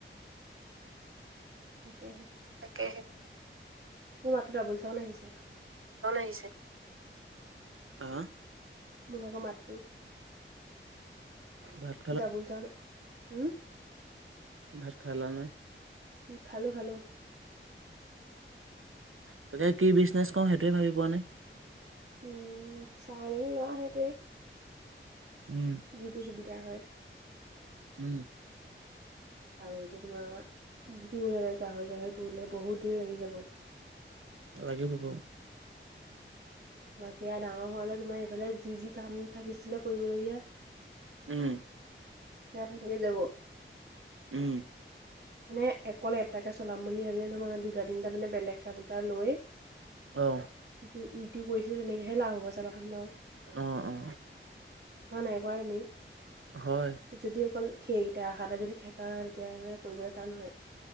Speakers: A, on the right; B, on the right.
A: তাকে হে।
B: তাকেহে।
A: মাতটো ডাবুল চাউণ্ড আহিছে
B: ফোন আহিছে, আহ?
A: মোৰ ভাগৰ মাতটো।
B: ভাত
A: ডাবুল যোৱা নাই? উম,
B: ভাত খালা নে?
A: খালো খালো।
B: তাকে কি বিজনেচ ক‌ও সেইটোয়ে ভাবি পোৱা নাই।
A: উম, চাই মেলি লোৱা সেইটোৱে।
B: উম।
A: যিটো সুবিধা হয়।
B: উম।
A: আৰু যে তোমাৰ, যিটো গাহৰি গাহৰি পুহিলে বহুত দিন লাগি যাব।
B: লাগিব বাও।
A: সেয়া ডাঙৰ হ'লে তোমাৰ এইফালে যি যি কাম থাকিছিলে কৰিবলগীয়া,
B: উম।
A: সেয়া থাকিয়ে যাব।
B: উম।
A: মানে অকল এটাকে চলাম বুলি ভাবিলে নহয় মানে দু- দুটা তিনিটা মানে বেলেগ কাম এটা লৈ-
B: অ
A: ইটো ইটো কৰিছিলো তেনেকেহে লাভ হব চাবা চোন বাৰু।
B: অ অ।
A: হয় নাই কোৱা তুমি?
B: হয়
A: যদি অকল সেইকেইটা আহা এটা যদি থাকা তেতিয়া হ'লে- কৰিবলৈ তান হয়।